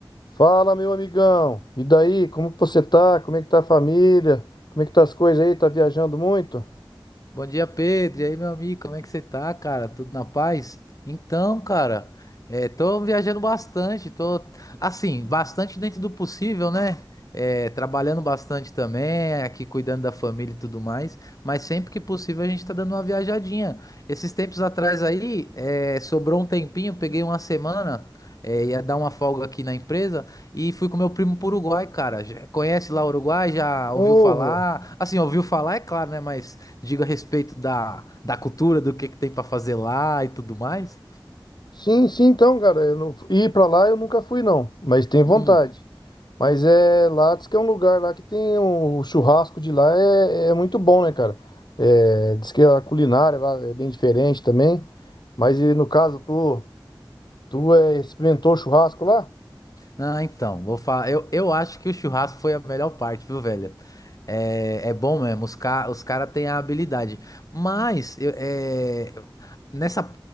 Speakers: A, on the left (about 60°); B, on the left (about 45°).
A: Fala, meu amigão. E daí? Como que você tá? Como é que tá a família? Como é que tá as coisas aí? Tá viajando muito?
B: Bom dia, Pedro. E aí, meu amigo, como é que você tá, cara? Tudo na paz? Então, cara, é, tô viajando bastante, tô, assim, bastante dentro do possível, né? É, trabalhando bastante também, aqui cuidando da família e tudo mais, mas sempre que possível a gente tá dando uma viajadinha. Esses tempos atrás aí, é, sobrou um tempinho, peguei uma semana, é, ia dar uma folga aqui na empresa, e fui com meu primo pro Uruguai, cara. Já- Conhece lá o Uruguai? Já ouviu
A: Porra.
B: falar? Assim, ouviu falar, é claro, né? Mas diga a respeito da, da cultura, do que que tem pra fazer lá e tudo mais.
A: Sim, sim, então, cara, eu não... ir pra lá eu nunca fui não, mas tenho
B: Hum.
A: vontade. Mas é lá, diz que é um lugar lá que tem um... o churrasco de lá é... é muito bom, né, cara? É... Diz que a culinária lá é bem diferente também. Mas e no caso, tu, tu é... experimentou churrasco lá?
B: Ah, então, vou falar. Eu, eu acho que o churrasco foi a melhor parte, viu, velho? É, é bom mesmo, os, ca... os caras têm a habilidade. Mas, eu- é, nessa...